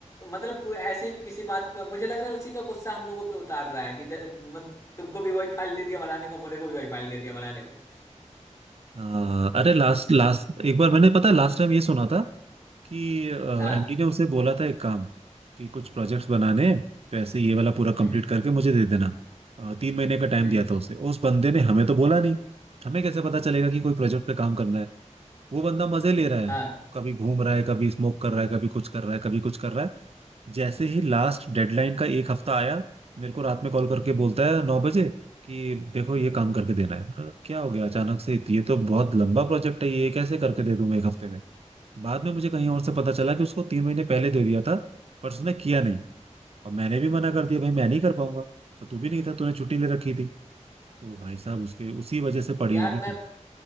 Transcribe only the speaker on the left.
मतलब कोई ऐसी किसी बात पर मुझे लग रहा है उसी का गुस्सा हम लोगों पे उतार रहा है कि ज- मत- तुमको भी वही फाइल दे दिया बनाने को मेरे को भी वही फाइल दे दिया बनाने को
हाँ
हम्म
हम्म
हाँ
यार
मैं